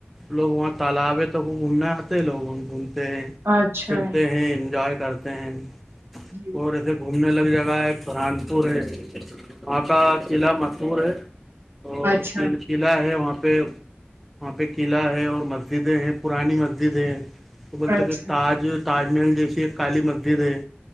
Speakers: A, in the centre; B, on the right (about 65°).
A: لوگ وہاں تالاب ہے تو وہ گھومنے آتے لوگ وہ گ ہیں
B: اچھا
A: پھرتے ہیں انجوائے کرتے ہیں
B: جی <inaudible>
A: اور ایے گھومنے لگی جگہ ہے ایک برہان پور ہے وہاں کا قلعہ مشہور ہے اور
B: اچھا
A: تین قلعہ ہے وہاں پہ وہاں پہ قلعہ ہے اور مسجدیں ہیں پرانی مسجدیں ہیں وہ بولتے
B: اچھا
A: کہ تاج تاج محل جیسی ایک کالی مسجد ہے